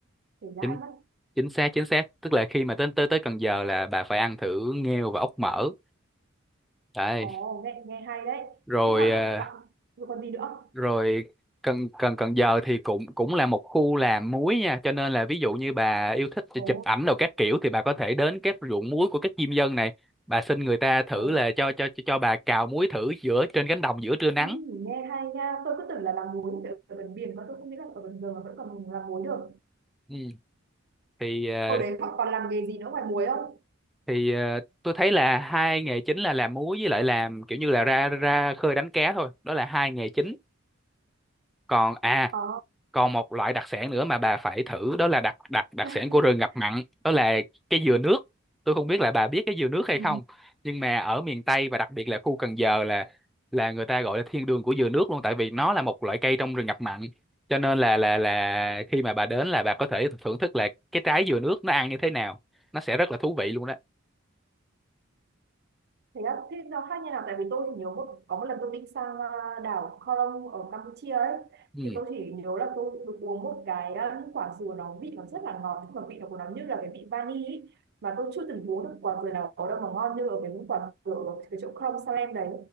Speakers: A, on the right; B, in the centre.
A: thèm dã
B: chính
A: mất
B: chính xác chính xác tức là khi mà tới tới tới Cần Giờ là bà phải ăn thử nghêu và ốc mỡ đấy
A: ồ nghe nghe hay đấy
B: rồi
A: nhưng mà
B: ờ,
A: bạn bạn- còn gì nữa
B: rồi Cần Cần Cần Giờ thì cũng cũng là một khu làm muối nha cho nên là ví dụ như bà yêu thích
A: ồ
B: chụp ảnh đồ các kiểu thì bà có thể đến các ruộng muối của các diêm dân này bà xin người ta thử
A: ồ
B: là cho cho cho bà cào muối thử giữa trên cánh đồng giữa trưa nắng
A: Ừ, nghe hay nha tôi cứ tưởng là làm muối ở ở gần biển còn tôi không nghĩ là ở gần giờ mà vẫn còn làm muối được
B: ừ. thì ờ,
A: hồi đấy họ còn làm nghề gì nữa ngoài muối không
B: thì ờ, tôi thấy là hai nghề chính là làm múa với lại làm kiểu như là ra ra khơi đánh cá thôi đó là hai nghề chính còn à
A: ờ
B: còn một loại đặc sản nữa mà bà phải thử đó là đặc đặc đặc
A: <laughs>
B: sản của rừng ngập mặn đó là cái dừa nước tôi không biết là bà biết cái dừa nước hay
A: ừ.
B: không nhưng mà ở miền Tây và đặc biệt là khu Cần Giờ là là người ta gọi là thiên đường của dừa nước luôn tại vì nó là một loại cây trong rừng ngập mặn cho nên là là là khi mà bà đến là bà có thể thưởng thức là cái trái dừa nước nó ăn như thế nào nó sẽ rất là thú vị luôn đó
A: Thế á, thế nó khác như nào? Tại vì tôi chỉ nhớ một, có một lần tôi đi sang à, đảo Koh Rong ở Campuchia ấy
B: ừ.
A: thì tôi chỉ nhớ là tôi được uống một cái à, những quả dừa nó vị nó rất là ngọt nhưng mà vị nó của nó như là cái vị vani ấy. Mà tôi chưa từng uống được quả dừa nào ở đâu mà ngon như ở cái những quả dừa ở cái chỗ Koh Rong Salem đấy